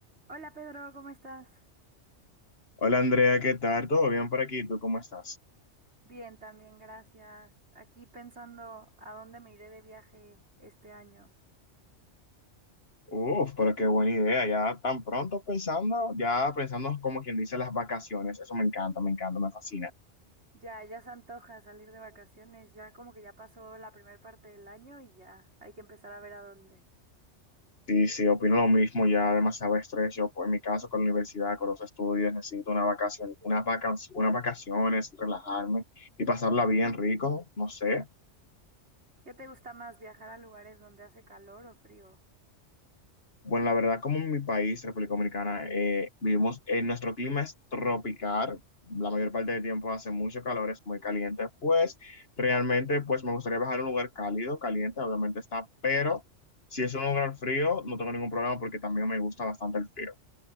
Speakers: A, on the right; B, on the left.
A: Hola Pedro, ¿cómo estás?
B: Hola Andrea, ¿qué tal? ¿Todo bien por aquí? ¿Tú cómo estás?
A: Bien, también, gracias. Aquí pensando a dónde me iré de viaje este año.
B: Uf, pero qué buena idea. Ya tan pronto pensando, ya pensando como quien dice las vacaciones. Eso me encanta, me encanta, me fascina.
A: Ya, ya se antoja salir de vacaciones, ya como que ya pasó la primera parte del año y ya hay que empezar a ver a dónde.
B: Sí, sí, opino lo mismo. Ya demasiado estrés. Yo, pues, en mi caso, con la universidad, con los estudios, necesito una vacación, unas vacaciones, unas vacaciones, relajarme y pasarla bien rico. No sé.
A: ¿Qué te gusta más, viajar a lugares donde hace calor o frío?
B: Bueno, la verdad, como en mi país, República Dominicana, eh, vivimos, eh, nuestro clima es tropical, la mayor parte del tiempo hace mucho calor, es muy caliente, pues realmente pues me gustaría viajar a un lugar cálido, caliente, obviamente está, pero si es un lugar frío, no tengo ningún problema porque también me gusta bastante el frío.